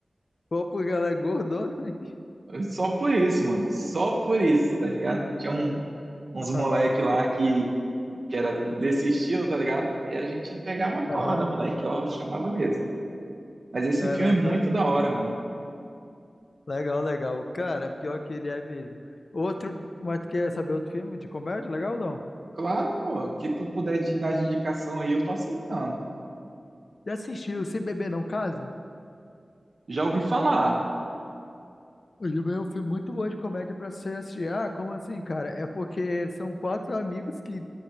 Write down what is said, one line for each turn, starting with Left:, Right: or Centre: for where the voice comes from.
Left: Pô, porque ela é gordona. <laughs> hein?
Right: ó. Só por isso, mano. Só por isso, tá ligado? Tinha um uns moleque
Left: Aham,
Right: lá que, que era desse estilo, tá ligado? Aí a gente pegava a corda,
Left: aham.
Right: moleque, ó, chamava mesmo. Mas esse
Left: Caraca,
Right: filme é muito
Left: le-
Right: da hora, mano.
Left: legal, legal. Cara, pior que ele é mesmo. Outro, mas tu quer saber outro filme de comédia? Legal ou não?
Right: Claro, pô, o que tu puder de- dar de indicação aí, eu tô aceitando.
Left: Já assistiu Se Beber Não Case?
Right: Já ouvi falar.
Left: O Juba é um filme muito bom de comédia pra você assistir. Ah, como assim, cara? É porque são quatro amigos que,